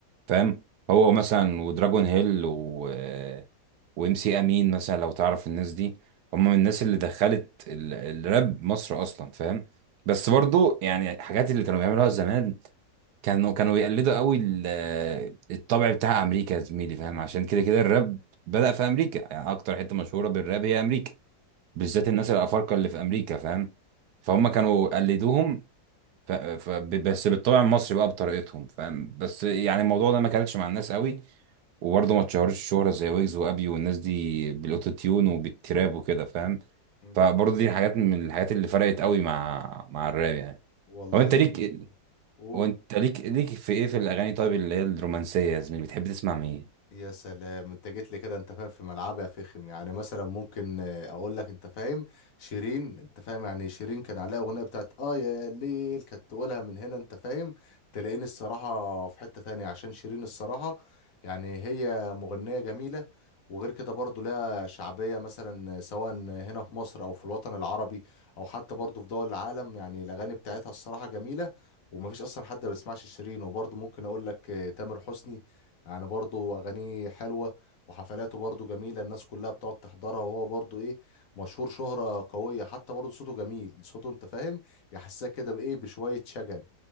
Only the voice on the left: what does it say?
مم.
والله
يا زميلي
قول.
يا سلام انت جيت لي كده انت فاهم في ملعبي يا فخم يعني مثلا ممكن اه، اقول لك انت فاهم شيرين انت فاهم يعني شيرين كان عليها اغنيه بتاعت اه يا ليل كانت تقولها من هنا انت فاهم تلاقيني الصراحه في حته تانية عشان شيرين الصراحه يعني هي مغنيه جميله وغير كده برضو لها شعبيه مثلا سواء هنا في مصر او في الوطن العربي او حتى برضو في دول العالم يعني الاغاني بتاعتها الصراحه جميله ومفيش اصلا حد ما بيسمعش شيرين وبرضو ممكن اقول لك اه، تامر حسني يعني برضه اغانيه حلوه وحفلاته برضه جميله الناس كلها بتقعد تحضرها وهو برضه ايه مشهور شهره قويه حتى برضه صوته جميل صوته انت فاهم يحسسك كده بايه بشويه شجن